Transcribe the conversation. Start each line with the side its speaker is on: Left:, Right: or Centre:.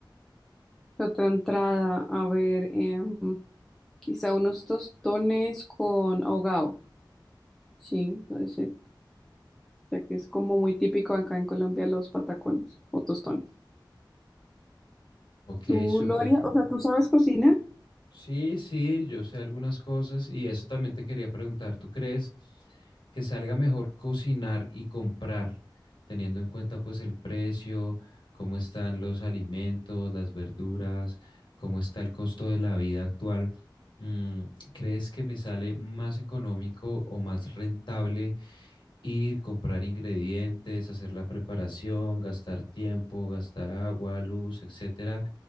Centre: ¿Qué Otra entrada, a ver, em, quizá unos tostones con ahogado. Sí, puede ser, ya que es como muy típico acá en Colombia los patacones o tostones.
Left: Ok,
Centre: ¿Tú
Left: súper.
Centre: lo harías? O sea, ¿tú sabes cocinar?
Left: Sí, sí, yo sé algunas cosas y eso también te quería preguntar. ¿Tú crees que salga mejor cocinar y comprar, teniendo en cuenta pues el precio, cómo están los alimentos, las verduras, cómo está el costo de la vida actual? Mm, ¿crees que me sale más económico o más rentable? ir, comprar ingredientes, hacer la preparación, gastar tiempo, gastar agua, luz, etcétera.